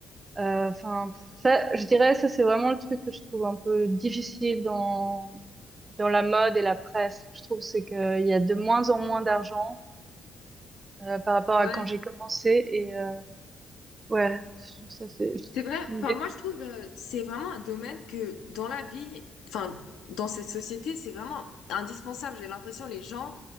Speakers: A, on the right; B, on the left.
A: Euh, Enfin, pff, ça, je dirais, ça c'est vraiment le truc que je trouve un peu difficile dans dans la mode et la presse. Je trouve c'est que il y a de moins en moins d'argent euh, par rapport
B: Ouais.
A: à quand j'ai commencé et euh, ouais, je trouve ça c'est ça
B: C'est vrai,
A: me
B: enfin
A: dé-
B: moi je trouve euh, c'est vraiment un domaine que dans la vie, enfin dans cette société, c'est vraiment indispensable. J'ai l'impression les gens,